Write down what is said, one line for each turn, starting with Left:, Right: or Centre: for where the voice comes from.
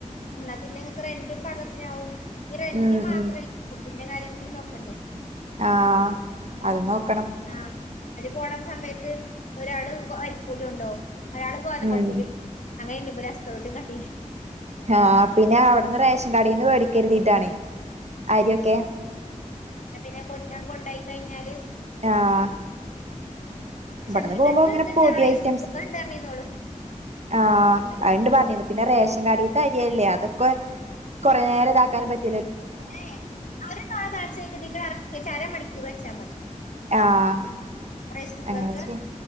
Left: എന്നാ പിന്നെ ഇങ്ങക്ക് റെൻ്റും പാകത്തിനാവും. ഇഞ് റെന്റ്
Right: ഉം
Left: മാത്രല്ല
Right: ഉം
Left: ഫുഡിന്റെ കാര്യങ്ങളും <unintelligible> നോക്കണ്ടേ.
Right: ആഹ് അത് നോക്
Left: ആഹ് അയ്ന് പോണം സമയത്ത് ഒരാള് കൊ അരിപ്പൊടി കൊണ്ടോവും ഒരാള് ഗോതമ്പപ്പൊടി
Right: ഉം
Left: അങ്ങനെണ്ട് ഇബര് ഹസ്കൗട്ടും കട്ടീം
Right: ആഹ് പിന്നെ അവട്ന്ന് റേഷൻ കടീന്ന് വേടി ക്കര്തീട്ടാണെ. അര്യൊക്കെ
Left: ഏഹ് പിന്നെ കൊൺ ഞാൻ കൊണ്ടായി കഴിഞ്ഞാല്
Right: ആഹ് ഇവടന്ന്
Left: ഷംനുന്റെ
Right: പോവുമ്പോ
Left: അടുത്ത്
Right: അങ്ങനെ
Left: ഇതുണ്ടാണ്
Right: പൊടി
Left: റൈസ്
Right: ഐറ്റംസ്
Left: കുക്കർ ഉണ്ടായിരുന്നോള്
Right: ആഹ്
Left: എന്നിട്ട്
Right: അയണ്ട് പറഞ്ഞേന്ന്
Left: സൂപ്പർ
Right: പിന്നെ റേഷൻ കാഡീ ത്തെ അരിയല്ലേ അതൊക്കോ കൊറേ നേരം ഇതാക്കാനും പറ്റ്
Left: പിന്നേ <unintelligible> അരമണിക്കൂറ് വെച്ച ച്ചാ മതി
Right: ആഹ്
Left: റൈസ് കുക്കർക്ക്
Right: അങ്ങനെ ചെയ്യാം